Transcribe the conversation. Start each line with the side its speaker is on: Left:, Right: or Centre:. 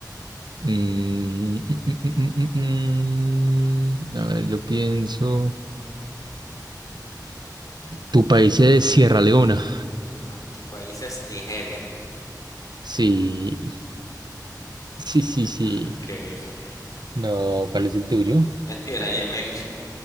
Right: Mm, mm, mm, mm, mm, mm. mm. A ver, yo pienso. Tu país es Sierra Leona.
Left: No, ¿tu país es Nigeria? <laughs>
Right: Sí, sí, sí, sí.
Left: Ok, <laughs>
Right: No, ¿cuál es el tuyo?
Left: el mío era Yemen.